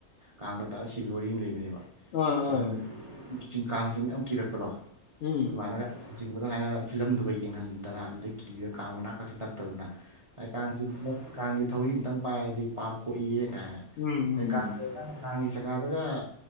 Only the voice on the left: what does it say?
ꯑꯥ
ꯑꯥ
ꯎꯝ
ꯎꯝ
ꯎꯝ ꯎꯝ